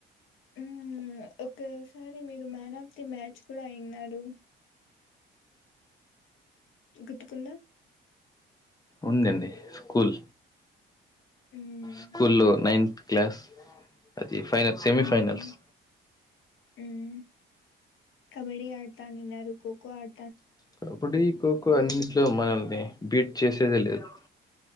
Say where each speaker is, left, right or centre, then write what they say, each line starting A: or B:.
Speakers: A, on the left; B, on the left.
A: మ్మ్ ఒక్కోసారి మీరు మ్యాన్ ఆఫ్ ది మ్యాచ్ కూడా అయిన్నారు గుర్తుకుందా
B: ఉండింది స్కూల్
A: ఉమ్
B: స్కూలో నైన్త్ క్లాస్ అది ఫైనల్ సెమీ
A: ఉమ్
B: ఫైనల్స్
A: ఉమ్ కబడ్డి అడతవున్నినారు కోకో ఆడ
B: కబడ్డీ కోకో అన్నిట్లో మనల్ని బీట్ చేసేదే లేదు